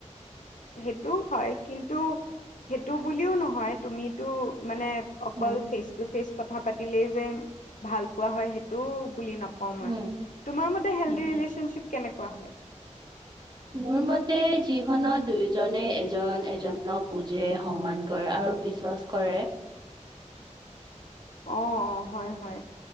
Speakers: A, on the left; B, on the right.
A: সেইটোও হয় কিন্তু সেইটো বুলিও নহয় তুমি- মানে অকল
B: উম
A: ফেচ টো‌ ফেচ কথা পাতিলেই যে ভাল পোৱা হয় সেইটো বুলি নক ক
B: উম
A: তোমাৰ মতে হেলদি
B: উম
A: ৰিলেচন
B: উম
A: শ্বিপ কেনেকুৱা হয়?
B: মোৰ মতে যিখনত দুয়োজনে এজন এজনক বুজে সন্মান কৰে আৰু বিশ্বাস কৰে
A: অ অ হয় হয়